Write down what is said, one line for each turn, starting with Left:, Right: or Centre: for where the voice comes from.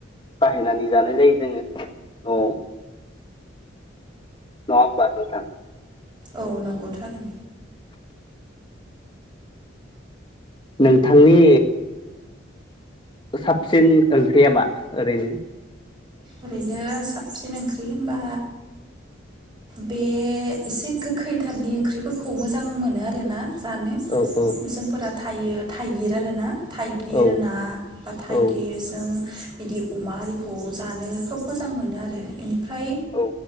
Left: बाहायनानै जानाय जायो जोङो न'आव नङा ओमबा नोंथां
Right: औ नंगौथ' आरो।
Left: नोंथांनि साबसिन ओंख्रिया मा ओरैनो
Right: ओरैनो साबसिन ओंख्रि होनबा बे एसे गोखै थाइबनि ओंख्रिफोरखौ मोजां मोनो आरो ना। जानो
Left: औ औ
Right: जोंफोरा थायो थाइगिर आरो ना थाइगिर
Left: औ
Right: ना बा थाइगिरजों
Left: औ
Right: बिदि अमा आरिखौ जानो खोब मोजां मोनो आरो बेनिफ्राय
Left: औ